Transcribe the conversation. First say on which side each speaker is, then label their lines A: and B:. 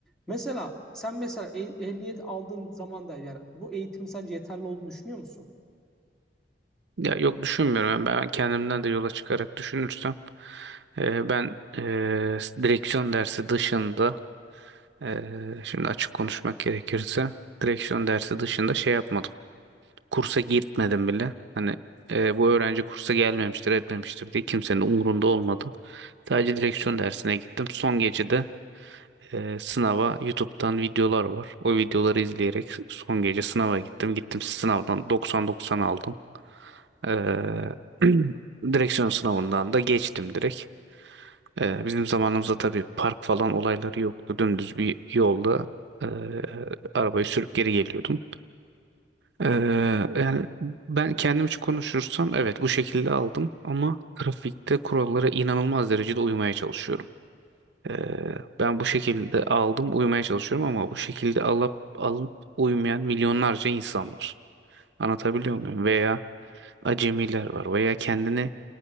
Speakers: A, in the centre; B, on the right.
A: Mesela sen mesela eh- ehliyet aldığın zaman da yani bu eğitim sence yeterli olduğunu düşünüyor musun?
B: Ya yok düşünmüyorum. Yani ben kendimden de yola çıkarak düşünürsem e, ben e, direksiyon dersi dışında e, şimdi açık konuşmak gerekirse direksiyon dersi dışında şey yapmadım. Kursa gitmedim bile. Hani e, bu öğrenci kursa gelmemiştir, etmemiştir diye kimsenin umurunda olmadı. Sadece direksiyon dersine gittim. Son gecede e, sınava YouTube'dan videolar var. O videoları izleyerek son gece sınava gittim. Gittim sınavdan 90-90 aldım. Ee, <clears throat> direksiyon sınavından da geçtim direkt. Ee, bizim zamanımızda tabii park falan olayları yoktu. Dümdüz bir yolda e, arabayı sürüp geri geliyordum. Ee, yani ben kendim için konuşursam evet bu şekilde aldım ama trafikte kurallara inanılmaz derecede uymaya çalışıyorum. Eee, ben bu şekilde aldım uyumaya çalışıyorum ama bu şekilde alıp alıp uyumayan milyonlarca insan var. Anlatabiliyor muyum? Veya acemiler var veya kendini